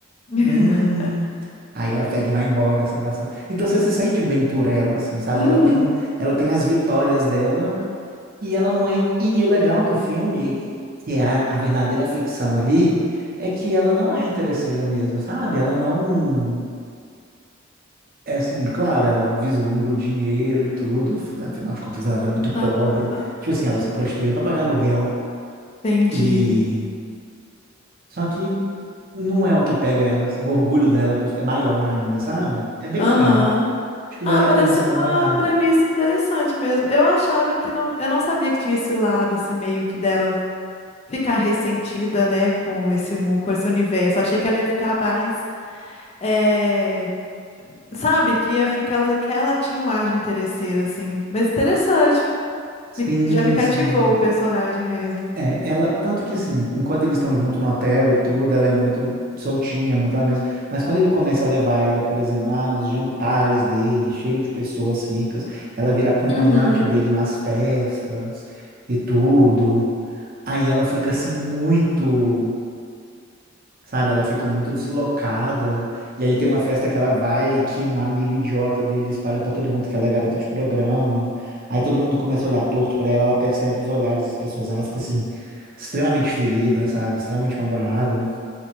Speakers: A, on the left (about 30°); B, on the right (about 45°).
A: <laughs>
B: Hum. Aí ela pega e vai embora, assim, com a sua- Então você se sente bem por ela, assim, sabe?
A: Uhum.
B: Ela tem, ela tem as vitórias dela e ela não é. E, e o legal do filme, que é a, a verdadeira ficção ali, é que ela não é interesseira mesmo, sabe? Ela não. É assim, claro, ela vislumbra o dinheiro e tudo, af- afinal de contas ela era muito pobre.
A: Aham.
B: Tipo assim, ela se prostituía para pagar aluguel.
A: Entendi.
B: E. Só que não é o que pega ela, assim, o orgulho dela cust- é maior ainda, sabe? É bem
A: Aham.
B: legal. Acho que
A: Ah,
B: vale
A: pareceu
B: a pena você dar
A: uma
B: uma olhada.
A: premissa interessante mesmo. Eu achava que não, eu não sabia que tinha esse lado assim meio que dela ficar ressentida, né, com esse mu- com esse universo. Achei que ela ia ficar mais, eh, sabe, que ia ficar ela- que ela tinha um ar de interesseira assim. Mas interessante.
B: Sim,
A: Me- já me cativou
B: sim.
A: o personagem mesmo.
B: É, ela, tanto que assim, enquanto eles estão junto no hotel e tudo, ela é muito soltinha, é muito ela mesma. Mas quando ele começa a levar ela, por exemplo, ah, nos jantares dele, cheio de pessoas ricas, ela vira acompanhante
A: Uhum.
B: dele nas festas e tudo. Aí ela fica assim muito Sabe, ela fica muito deslocada. E aí tem uma festa que ela vai, que um amigo idiota dele espalha pra todo mundo que ela é garota de programa. Aí todo mundo começa a olhar torto pra ela, ela percebe os olhares das pessoas. Ela fica assim, extremamente ferida, sabe? Extremamente magoada.